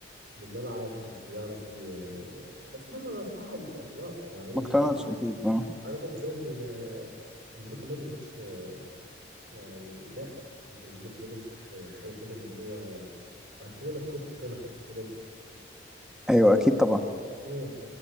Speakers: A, on the right; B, in the centre.
A: للملعب بيعرف ي- بس انا أنا صراحة ما اقتنعتش يعني انا
B: ما اقتنعتش
A: برضو شايف
B: اكيد اه
A: انا برضو شايف ان آه، ان لوكا مودريتش آه، يعني لا لوكا لوكا مودريتش حاجة كده اللي هو أيقونة في كرة القدم بجد
B: ايوه اكيد طبعا
A: امم